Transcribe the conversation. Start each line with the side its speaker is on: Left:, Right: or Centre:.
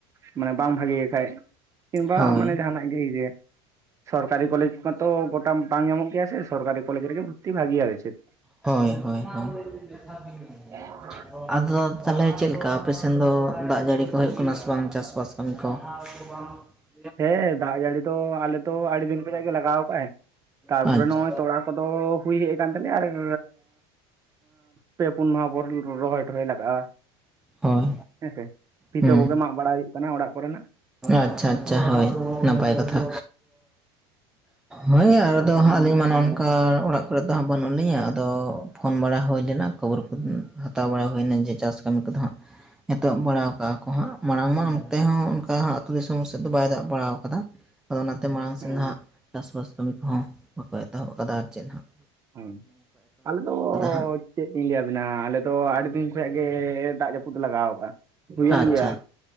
Right: ᱢᱟᱱᱮ ᱵᱟᱝ ᱵᱷᱟᱜᱮ ᱠᱷᱟᱡ ᱠᱤᱢᱵᱟ
Centre: ᱦᱳᱭ
Right: ᱢᱟᱱᱮ ᱡᱟᱦᱟᱱᱟᱜ <unintelligible> ᱡᱮ ᱥᱚᱨᱠᱤ ᱠᱚᱞᱡᱽ ᱢᱟᱛᱚ ᱜᱚᱴᱟ ᱵᱟᱝ ᱧᱟᱢᱚᱜ ᱜᱮᱭᱟ ᱥᱮ ᱥᱚᱨᱠᱟᱨᱤ ᱠᱚᱞᱡᱽ ᱨᱮᱜᱮ ᱵᱷᱩᱨᱛᱤ ᱵᱷᱟᱜᱤᱭᱟ ᱟᱫᱚ ᱪᱮᱫ ᱾
Centre: ᱦᱳᱭ ᱦᱳᱭ ᱦᱳᱭ
Right: <inaudible>
Centre: <inaudible> ᱟᱫᱚ ᱛᱟᱦᱚᱞᱮ ᱪᱮᱫᱞᱮᱠᱟ ᱟᱯᱮ ᱥᱮᱱ ᱫᱚ ᱫᱟᱜ ᱡᱟᱹᱲᱤ ᱠᱚ ᱦᱩᱭᱩᱜ ᱠᱟᱱᱟ ᱥᱮ ᱵᱟᱝ ᱪᱟᱥᱵᱟᱥ ᱚᱝᱠᱚ <unintelligible>
Right: ᱦᱮᱸ ᱫᱟᱜ ᱡᱟᱹᱲᱤ ᱫᱚ ᱟᱞᱮ ᱫᱚ ᱟᱹᱰᱤ ᱫᱤᱱ ᱠᱷᱚᱡᱟᱜ ᱜᱮ ᱞᱟᱜᱟᱣ ᱠᱟᱜᱟᱭ ᱛᱟᱨᱯᱚᱨᱮ
Centre: ᱟᱪᱪᱷᱟ
Right: ᱱᱚᱜᱼᱚᱭ ᱛᱚᱲᱟ ᱠᱚᱫᱚ ᱦᱩᱭ ᱦᱮᱡ ᱠᱟᱱᱟᱱ ᱛᱟᱞᱮᱭᱟ ᱟᱨ ᱮᱸ ᱯᱮ ᱯᱩᱱ ᱢᱟᱦᱟ ᱯᱚᱨ ᱨᱚᱦᱚᱭ ᱴᱚᱦᱚᱭ ᱞᱟᱜᱟᱜᱼᱟ᱾
Centre: ᱦᱳᱭ
Right: ᱦᱮᱸᱥᱮ ᱯᱷᱤᱛᱟᱹ
Centre: ᱦᱩᱸ
Right: ᱠᱚᱜᱮ ᱢᱟᱜ ᱵᱟᱲᱟ ᱦᱩᱭᱩᱜ ᱠᱟᱱᱟ ᱚᱲᱟᱜ ᱠᱚᱨᱮᱱᱟᱜ᱾
Centre: ᱟᱪᱪᱷᱟ ᱟᱪᱪᱷᱟ ᱦᱳᱭ ᱱᱟᱯᱟᱭ ᱠᱟᱛᱷᱟ᱾ ᱦᱳᱭ ᱟᱫᱚ ᱟᱹᱞᱤᱧ ᱢᱟ ᱱᱚᱜ ᱱᱚᱝᱠᱟ ᱚᱲᱟᱜ ᱠᱚᱨᱮ ᱫᱚ ᱦᱟᱸᱜ ᱵᱟᱹᱱᱩᱜ ᱞᱤᱧᱟ ᱟᱫᱚ ᱯᱷᱳᱱ ᱵᱟᱲᱟ ᱦᱩᱭ ᱞᱮᱱᱟ ᱠᱷᱚᱵᱚᱨ ᱠᱚ ᱦᱟᱛᱟᱣ ᱵᱟᱲᱟ ᱦᱩᱭᱱᱟ ᱡᱮ ᱪᱟᱥ ᱠᱟᱹᱢᱤ ᱠᱚᱫᱚ ᱦᱟᱸᱜ ᱮᱛᱚᱦᱚᱵ ᱵᱟᱲᱟᱟᱣ ᱠᱟᱜᱼᱟ ᱠᱚ ᱦᱟᱸᱜ ᱢᱟᱲᱟᱝ ᱢᱟ ᱚᱱᱛᱮ ᱦᱚᱸ ᱠᱟ ᱦᱟᱜ ᱟᱹᱛᱩ ᱫᱤᱥᱚᱢ ᱥᱮᱫ ᱫᱚ ᱵᱟᱭ ᱫᱟᱜ ᱵᱟᱲᱟᱣ ᱠᱟᱫᱟ ᱟᱫᱚ ᱚᱱᱟᱛᱮ ᱢᱟᱲᱟᱝ
Right: ᱦᱮᱸ
Centre: ᱥᱮᱫ ᱦᱟᱸᱜ ᱪᱟᱥᱵᱟᱥ ᱠᱟᱹᱢᱤ ᱠᱚᱦᱚᱸ ᱵᱟᱠᱚ ᱮᱛᱚᱦᱚᱵ ᱟᱠᱟᱫᱟ ᱟᱨ ᱪᱮᱫ ᱦᱟᱜ᱾
Right: ᱦᱳᱭ ᱟᱞᱮᱫᱚ
Centre: ᱦᱟᱸᱜ
Right: ᱪᱮᱫ ᱞᱤᱧ ᱞᱟᱹᱭᱟᱵᱤᱱᱟ ᱟᱞᱮᱫᱚ ᱟᱹᱰᱤ ᱫᱤᱱ ᱠᱷᱚᱡ ᱜᱮ ᱫᱟᱜ ᱡᱟᱹᱯᱩᱫ ᱞᱮ ᱞᱟᱜᱟᱣ ᱠᱟᱜᱼᱟ᱾ ᱦᱩᱭᱮᱱ
Centre: ᱟᱪᱪᱷᱟ
Right: ᱜᱮᱭᱟ